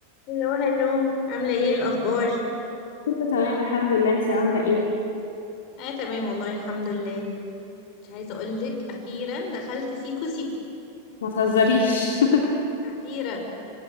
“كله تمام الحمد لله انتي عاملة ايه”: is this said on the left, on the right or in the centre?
Left